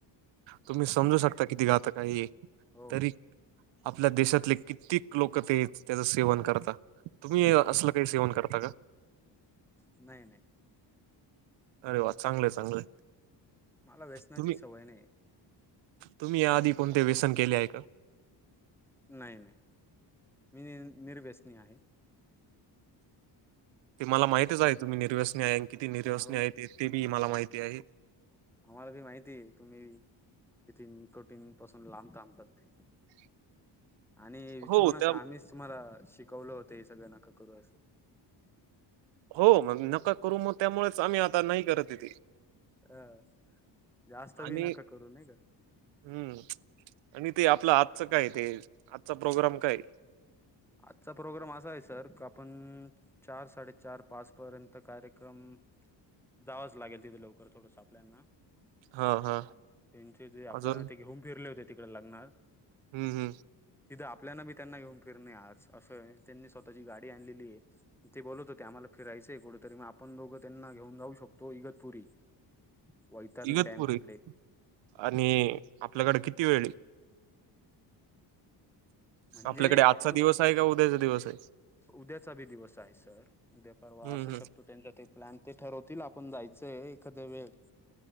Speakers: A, on the right; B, in the centre.
A: तुम्ही समजू
B: अच्छा
A: शकता किती घातक आहे हे
B: हो
A: तरी
B: हो
A: आपल्या देशातले कित्येक लोक ते त्याचं सेवन करतात, तुम्ही असलं काही सेवन करता का?
B: नाही नाही.
A: अरे वा चांगलंय चांगलंय.
B: मला व्यसनाची
A: तुम्ही
B: सवय नाही.
A: तुम्ही याआधी कोणते व्यसन केले आहे का?
B: नाही नाही मी निर्व्यसनी आहे.
A: ते मला माहितच आहे तुम्ही निर्वसनी किती निर्वसनी
B: हो
A: आहे ते ते बी मला माहिती आहे.
B: आम्हाला भी माहिती तुम्ही? किती तटीन पासून लांबताांबतात
A: <unintelligible>
B: आणि विसरु
A: हो
B: नका
A: त्या
B: आम्हीच तुम्हाला शिकवलं होतं हे सगळं नका करू असं.
A: हो मग नका करू मग त्यामुळेच आम्ही आता नाही करत येते.
B: अह जास्त
A: आणि
B: विी नका करू न का?
A: हम्म आणि ते आपलं आजचं काय ते आजचा प्रोग्राम काय?
B: आजचा प्रोग्राम असा आहे सर का आपण चार साडेचार पाच पर्यंत कार्यक्रम जावंच लागेल तिथे लवकर थोडंस आपल्यांना.
A: हा हा
B: त्यांचे जे आपल्या
A: अजून
B: ते घेऊन फिरले होते तिकडे लग्नात.
A: हम्म हम्.
B: तिथं आपल्याला बी त्यांना घेऊन फिरणे आज असं त्यांनी स्वतःची गाडी आणलेली आहे. ते बोलत होते आम्हाला फिरायचंय कुठेतरी मग आपण दोघं त्यांना घेऊन जाऊ शकतो इगतपुरी वैतरणी
A: इगतपुरी
B: डॅम तिकडे
A: आणि आपल्याकडे किती वेळी
B: म्हणजे
A: आपल्याकडे आजचा
B: आपण
A: दिवस आहे का उद्याचा दिवस आहे.
B: उद्याचा बी दिवस आहे सर उद्या परवा
A: हम्म
B: असू
A: हम्म
B: शकतो. ते प्लॅन ते ठरवतील आपण जायचंय एखाद्या वेळ